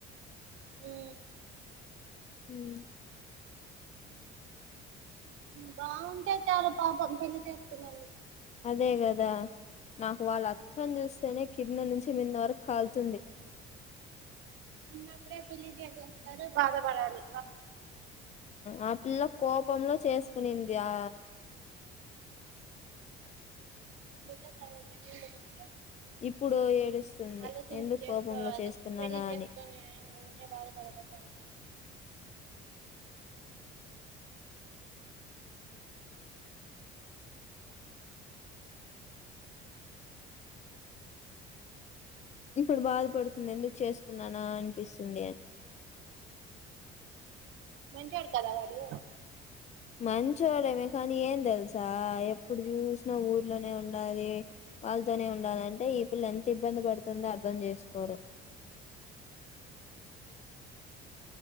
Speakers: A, on the right; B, on the left.
A: హు
B: హ్మ్
A: బాగుంటేయి చాలు పాపం పెళ్లి చేస్తున్నాను
B: అదే కదా నాకు వాళ్ళ అత్త చూస్తేనే కింద నుంచి మింద వరకు కాల్తుంది
A: చిన్నప్పుడే పెళ్లి చూపేస్తారు బాధపడాలి
B: ఆ పెళ్లి కోపంలో చేసుకునిందయా
A: అందుకే కదా
B: ఇప్పుడు ఏడుస్తుంది
A: ఆలోచించి
B: ఎందుకు
A: చేసుకోవాలి
B: కోపంలో చేసుకున్నానా
A: పెళ్లి చేసుకొని
B: అని
A: ఊన్నే బాధపడపోతా ఉంటే
B: ఇప్పుడు బాధపడుతుంది ఎందుకు చేసుకున్నానా అనిపిస్తుంది అని
A: మంచివారు కాదా వాడు
B: మంచివాడేమే కానీ ఏం తెలుసా ఎప్పుడు చూసినా ఊర్లోనే ఉండాలి వాళ్ళతోనే ఉండాలి అంటే ఈ పిల్ల ఎంత ఇబ్బంది పడుతుందో అర్థం చేసుకోరు